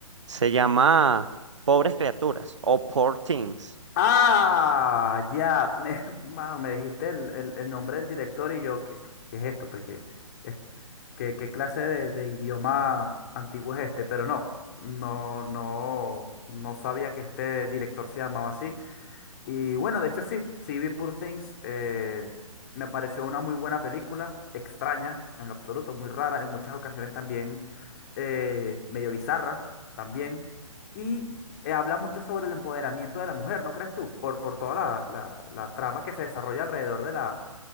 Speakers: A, on the right (about 55°); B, on the left (about 30°).
A: Se llama Pobres Criaturas o Poor Things.
B: Ah, ya, me, <laughs> mano, me dijiste el, el- el nombre del director y yo, ¿qué, qué es esto? Pues, ¿qué, es- qué, qué clase de, de idioma antiguo es este? Pero no, no, no, no sabía que este director se llamaba así. Y bueno, de hecho sí, sí vi Poor Things, eh, me pareció una muy buena película, extraña en lo absoluto, muy rara, en muchas ocasiones también eh, medio bizarra también, y eh, habla mucho sobre el empoderamiento de la mujer, ¿no crees tú? Por, por toda la, la- la trama que se desarrolla alrededor de la,